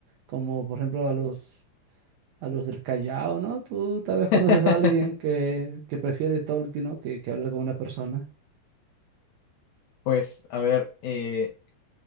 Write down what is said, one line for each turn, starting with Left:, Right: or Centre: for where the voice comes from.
Right: Como por ejemplo a los a los del Callao, ¿no? Tú tal vez conoces
Left: <laughs>
Right: a alguien que, que prefiere Tolkien, ¿no? Que, que hablar con una persona.
Left: Pues, a ver, eh,